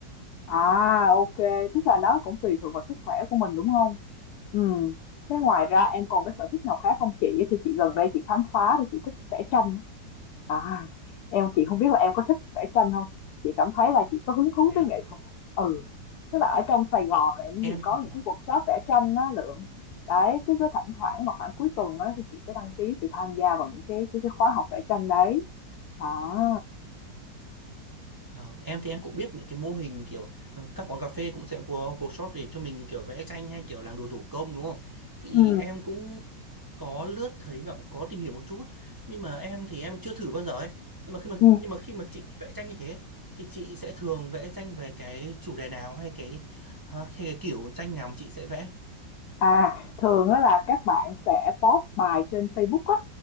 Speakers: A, on the left; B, on the right.
A: À, ô tức là nó cũng tùy thuộc vào sức khỏe của mình, đúng không? Ừm, thế ngoài ra em còn cái sở thích nào khác không chị? Thì chị gần đây chị khám phá thì chị thích vẽ tranh á. À, em chị không biết là em có thích vẽ tranh không? Chị cảm thấy là chị có hứng thú
B: thế
A: với
B: á
A: nghệ thuật. Ừ, tức là ở trong Sài Gòn này
B: em
A: thì có
B: thì
A: những cái workshop vẽ tranh á Lượng. Đấy, cứ cứ thỉnh thoảng mà khoảng cuối tuần á thì chị cứ đăng ký chị tham gia vào những cái cái, cái khóa học vẽ tranh đấy. Đó.
B: Ờ, em thì em cũng biết những cái mô hình kiểu ờ, các quán cà phê cũng sẽ có workshop để cho mình kiểu vẽ tranh hay kiểu làm đồ thủ công đúng không? Thì
A: Ừ.
B: em cũng có lướt thấy và cũng có tìm hiểu một chút nhưng mà em thì em chưa thử bao giờ ấy. Nhưng mà khi mà
A: Ừ.
B: nhưng mà khi mà chị vẽ tranh như thế thì chị sẽ thường vẽ tranh về cái chủ đề nào hay cái ờ, hay cái kiểu tranh nào mà chị sẽ vẽ?
A: À, thường á là các bạn sẽ post bài trên Facebook á,